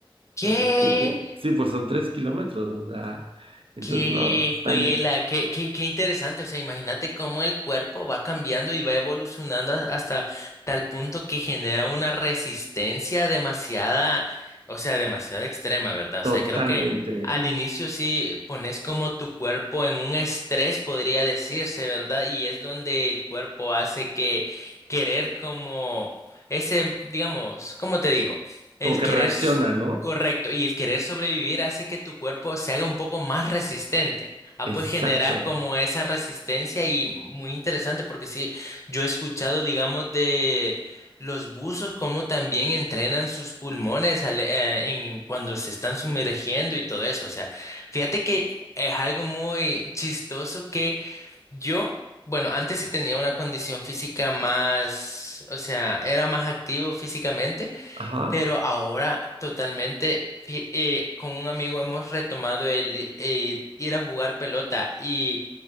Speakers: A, on the left; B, on the right.
A: ¿Qué?
B: Así, pum, pum. Sí, pues son 3 kilómetros, o sea, entonces
A: Qué
B: no, está
A: juela,
B: in-
A: qué, qué, qué interesante. O sea, imagínate cómo el cuerpo va cambiando y va evolucionando a- hasta tal punto que genera una resistencia demasiada, o sea, demasiado extrema, ¿verdad?
B: totalmente,
A: O sea, creo que al inicio sí pones como tu cuerpo en un estrés, podría decirse, ¿verdad? Y es donde el cuerpo hace que querer como ese, digamos, ¿cómo te digo? El
B: como que
A: querer.
B: reacciona, ¿no?
A: Correcto, y el querer sobrevivir hace que tu cuerpo se haga un poco más resistente. Ah, pues
B: Exacto.
A: generas como esa resistencia y muy interesante porque sí, yo he escuchado, digamos, de los buzos cómo también entrenan sus pulmones al- eh, en, cuando se están sumergiendo y todo eso. O sea, fíjate que es algo muy chistoso que yo, bueno, antes sí tenía una condición física más, o sea, era más activo físicamente.
B: Ajá.
A: Pero ahora totalmente, fí- eh, con un amigo hemos retomado el, i- el ir a jugar pelota y